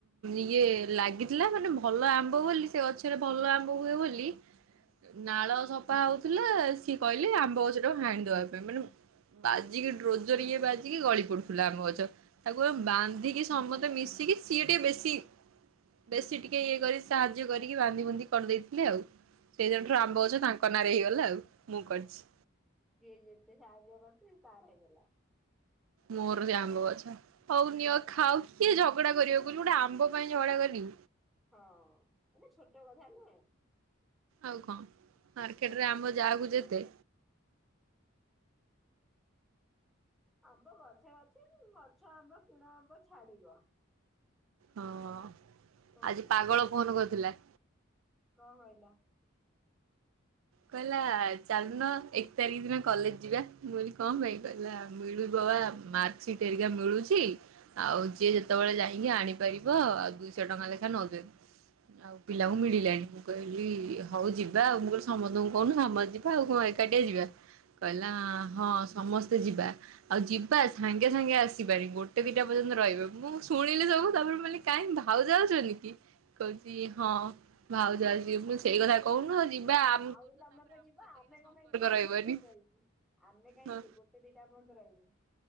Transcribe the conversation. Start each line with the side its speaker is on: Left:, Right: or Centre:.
Right: ଇଏ ଲାଗିଥିଲା ମାନେ ଭଲ ଆମ୍ବ ବୋଲି ସେ ଗଛ ସଥିରେ ଭଲ ଆମ୍ବ ହୁଏ ବୋଲି।
Centre: <inaudible>
Right: ନାଳ ସଫା ହଉଥିଲା ସିଏ କହିଲେ ଆମ୍ବ ଗଛଟାକୁ ହାଣିଦବା ପାଇଁ ମାନେ ମୁଁ ବାଜିକି ଡ୍ରୋଜର ଇଏ ବାଜିକି ଗଳି ପଡୁଥିଲା ଆମ୍ବ ଗଛ ତାକୁ
Centre: ଓହୋ
Right: ବାନ୍ଧିକି ସମତେ ମିଶିକି ସିଏ ଟିକେ ବେଶୀ ବେଶୀ ଟିକେ ଇଏ କରି ସାହାଯ୍ୟ କରିକି ବାନ୍ଧି ବୁନ୍ଧି କରିଦେଇଥିଲେ ଆଉ ସେଇ
Centre: ହୁଁ।
Right: ଦିନଠାରୁ ଆମ୍ବ ଅଛ ତାଙ୍କ ନାଁରେ ହେଇଗଲା ଆଉ ମୁଁ କରିଛି।
Centre: ଯିଏ ଯେତେ ସାହାଯ୍ୟ କରୁଛି ତାର ହେଇଗଲା।
Right: ମୋର ସେ ଆମ୍ବ ଗଛ ହଉ ନିଅ ଖାଉ କିଏ ଝଗଡା କରିବ କହିଲୁ ଗୋଟେ ଆମ୍ବ ପାଇଁ ଝଗଡା କରିବି।
Centre: ହଁ ଏଟା ଛୋଟ କଥା ନୁହେଁ।
Right: ଆଉ କଣ ମାର୍କେଟରେ ଆମ୍ବ ଯାହାକୁ ଯେତେ।
Centre: ଆମ୍ବ ଗଛେ ଅଛି ଗଛ ଆମ୍ବ କିଣା ଆମ୍ବ ଛାଡିବ।
Right: ହଁ ହଁ
Centre: କହୁନୁ।
Right: ଆଜି ପାଗଳ ଫୋନ କରିଥିଲା।
Centre: କଣ କହିଲା?
Right: କହିଲା ଚାଲୁନ ଏକ ତାରିଖ ଦିନ କଲେଜ ଯିବା ମୁଁ କହିଲି କଣ ପାଇଁ କହିଲା ମିଳିବ ବା ମାର୍କ ସିଟ ଘରିକା ମିଳୁଛି। ଆଉ ଯିଏ
Centre: ହୁଁ
Right: ଯେତେବେଳେ ଯାଇକି ଆଣିପାରିବ ଆଉ ଦୁଇଶହ ଟଙ୍କା ଲେଖା ନଉଛନ୍ତି। ଆଉ
Centre: ହୁଁ
Right: ପିଲାଙ୍କୁ ମିଳିଲାଣି ମୁଁ କହିଲି ହଉ ଯିବା ଆଉ ମୁଁ ସମସ୍ତଙ୍କୁ କହୁନୁ ସମସ୍ତେ ଯିବା ଆଉ କଣ ଏକାଟିଆ ଯିବା କହିଲା ହଁ ସମସ୍ତେ ଯିବା। ଆଉ ଯିବା ସାଙ୍ଗେ ସାଙ୍ଗେ ଆସିବାନି ଗୋଟେ ଦିଟା ପର୍ଯ୍ୟନ୍ତ ରହିବେ ମୁଁ ଶୁଣିଲି ସବୁ ତାପରେ କହିଲି କି କାଇ ଭାଉଜ ଆସୁନି କି? କହୁଛି ହଁ ଭାଉଜ ଅଛି ମୁଁ କହିଲି ସେଇ କଥା କହୁନୁ ଯିବା ଆଉ
Centre: ଆହୁ ତମେ ତ ଯିବା ଆମେ କଣ ପାଇଁ ଗୋଟେ
Right: ରହିବନି
Centre: ଦିଟା ଜାଙ୍କେ ରହିବୁ। ଆମେ କାହିଁ
Right: ହଁ
Centre: ଗୋଟେ ଦିଟା ପଯ୍ୟନ୍ତ ରହିବୁ।